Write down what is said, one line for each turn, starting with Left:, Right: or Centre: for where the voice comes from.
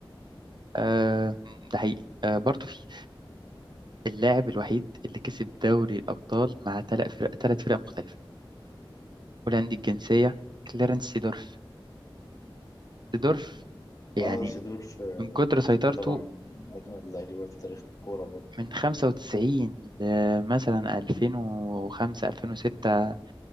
Right: آه، ده حقيقي آه، برضه في في اللاعب الوحيد اللي كسب دوري الابطال مع ثلاث فرق ثلاث فرق مختلفة هولندي الجنسية كليرنس سيدورف سيدورف يعني
Left: اه سيدورف آه،
Right: من كتر
Left: من-
Right: سيطرته
Left: طبعا من اجمل اللعيبه في تاريخ الكوره برضه
Right: من 95 ل مثلا 2005 2006